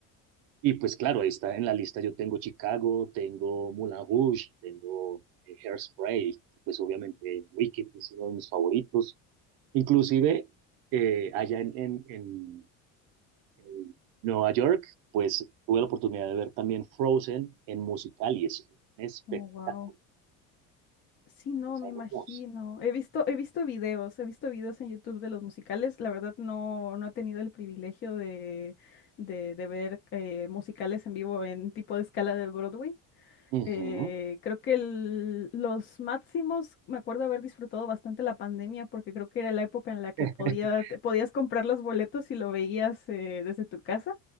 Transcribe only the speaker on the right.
Y pues claro, ahí está en la lista, yo tengo Chicago, tengo Moulin Rouge, tengo eh, Hairspray, pues obviamente Wicked es uno de mis favoritos. Inclusive eh, allá en, en, en, en Nueva York, pues tuve la oportunidad de ver también Frozen en musical y es un espectáculo,
es
hermoso.
Ujú.
<laughs>